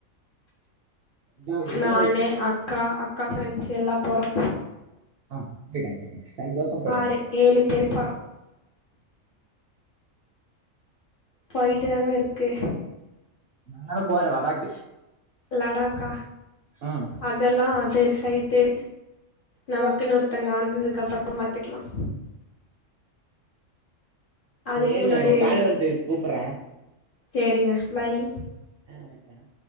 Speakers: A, on the right (about 60°); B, on the left (about 55°).
A: என்ஜாய் என்ஜாய்
B: நான் அக்கா அக்கா ஃப்ரெண்ஸ் எல்லா போறோ
A: ஆஹ் போய்டாங்க போய்டாங்க சந்தோஷமா போய்டாங்க
B: ஆறு ஏழு பேர் போகிறோம் போயிட்டு தாங்க இருக்கு
A: நானு போற லடாக்கு
B: லடாக்கா
A: ம்
B: அதெல்லாம் பெருசைடு டு நமக்குன்னு ஒருத்தவங்க வந்ததுக்கு அப்பறம் பாத்துக்கலாம் அதுக்கு
A: ஏங்க
B: முன்னாடியே
A: கால் வரது கூப்பிறேன்
B: செரிங்க பாய்
A: ஆ வெக்கிறேன்